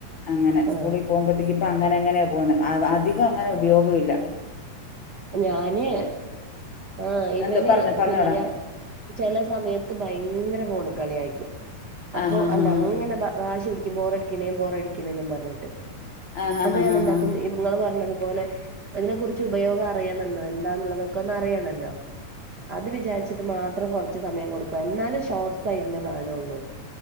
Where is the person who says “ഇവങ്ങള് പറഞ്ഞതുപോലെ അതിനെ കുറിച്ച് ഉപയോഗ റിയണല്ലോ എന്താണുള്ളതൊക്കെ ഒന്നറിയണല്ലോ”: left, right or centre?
Right